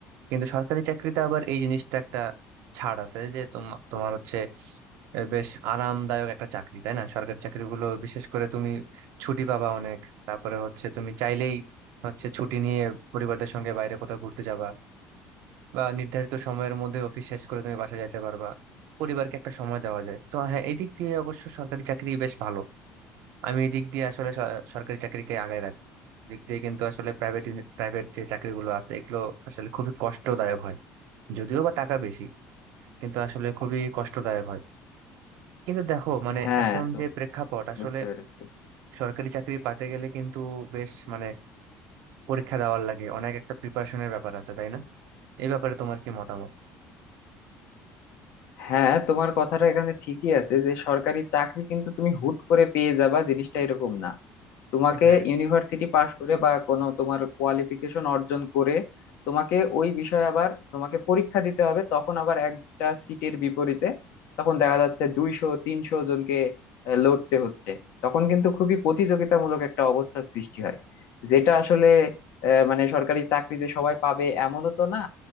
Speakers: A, on the right (about 70°); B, on the left (about 65°).
A: কিন্তু সরকারি চাকরিতে আবার এই জিনিসটা একটা ছাড় আছে যে তোমার তোমার হচ্ছে এ, বেশ আরামদায়ক একটা চাকরি তাই না সরকারি চাকরিগুলো বিশেষ করে তুমি ছুটি পাবা অনেক তারপরে হচ্ছে তুমি চাইলেই হচ্ছে ছুটি নিয়ে পরিবারদের সঙ্গে বাইরে কোথাও ঘুরতে যাবা বা নির্ধারিত সময়ের মধ্যে অফিস শেষ করে তুমি বাসা যাইতে পারবা পরিবারকে একটা সময় দেওয়া যায় তো হ্যাঁ এই দিক দিয়ে অবশ্য সরকারি চাকরি বেশ ভালো আমি এই দিক দিয়ে আসলে স- সরকারি চাকরিকে আগায় রাখবো দিক দিয়ে কিন্তু আসলে প্রাইভেট প্রাইভেট যে চাকরিগুলো আছে এগুলো আসলে খুবই কষ্টদায়ক হয় যদিও বা টাকা বেশি কিন্তু আসলে খুবই কষ্টদায়ক হয় কিন্তু দেখো মানে
B: হ্যাঁ
A: এখন
B: তো
A: যে প্রেক্ষাপট আসলে
B: বুঝতে পেরেছি
A: সরকারি চাকরি পাতে গেলে কিন্তু বেশ মানে পরীক্ষা দেওয়ার লাগে অনেক একটা প্রিপারেশনের ব্যাপার আছে তাই না এই ব্যাপারে তোমার কি মতামত
B: হ্যাঁ তোমার কথাটা এখানে ঠিকই আছে যে সরকারি চাকরি কিন্তু তুমি হুট করে পেয়ে যাবা জিনিসটা এরকম না তোমাকে
A: হ্যাঁ
B: ইউনিভার্সিটি পাশ করে বা কোনো তোমার কোয়ালিফিকেশন অর্জন করে তোমাকে ওই বিষয়ে আবার তোমাকে পরীক্ষা দিতে হবে তখন আবার একটা সিটের বিপরীতে তখন দেখা যাচ্ছে দুইশো তিনশো জনকে আহ, লড়তে হচ্ছে তখন কিন্তু খুবই প্রতিযোগিতামূলক একটা অবস্থার সৃষ্টি হয় যেটা আসলে আহ, মানে সরকারি চাকরি যে সবাই পাবে এমনও তো না